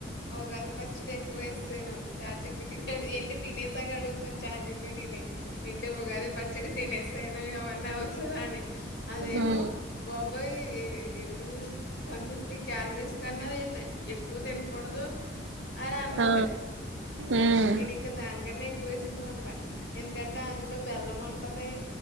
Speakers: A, on the left (about 75°); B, on the right (about 85°).
A: ఉగాది పచ్చడి వేస్సేను చాట్జీపిటినీ అడిగి ఏంటి తినేసి తెగ అడుగుతున్నాను చాట్జీపీటినీ ఇంటి ఉగాది పచ్చడి తినేసి తిన్నా ఏమన్నా అవుతదా అని అదేవో
B: ఉమ్
A: బాబోయి ఇం ఏంటి వన్ ఫిఫ్టీ క్యాలరీస్ కన్నా అది ఎక్కువ తినకూడదు అని అన్నది
B: ఆ ఉమ్
A: నేను ఇంకా దానికన్నా ఎక్కువే సూసుకుంటా ఎందుకంటే అందులో బెల్లం ఉంటది